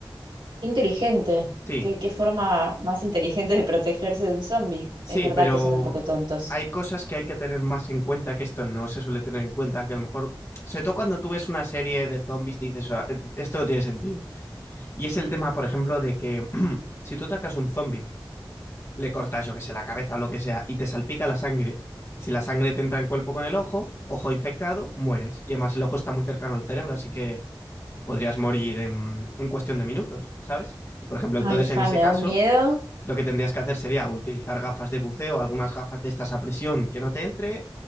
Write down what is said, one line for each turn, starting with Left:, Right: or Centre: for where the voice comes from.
Right: Inteligente.
Left: Sí,
Right: ¿Qué, qué forma más inteligente de protegerse de un zombie?
Left: Sí,
Right: Es verdad
Left: pero
Right: que son un poco tontos.
Left: hay cosas que hay que tener más en cuenta que esto no se suele tener en cuenta, que a lo mejor, sobre todo cuando tú ves una serie de zombies, dices, "Ah, eh, esto no tiene sentido. Y es el tema, por ejemplo, de que <clears throat> si tú atacas un zombie, le cortas, yo que sé, la cabeza o lo que sea, y te salpica la sangre. Si la sangre te entra en cuerpo con el ojo, ojo infectado, mueres. Y además el ojo está muy cercano al cerebro, así que podrías morir en, en cuestión de minutos, ¿sabes? Por ejemplo, entonces
Right: Ay,
Left: en
Right: fa,
Left: ese
Right: me
Left: caso
Right: da un miedo.
Left: lo que tendrías que hacer sería utilizar gafas de buceo, algunas gafas de estas a presión que no te entre,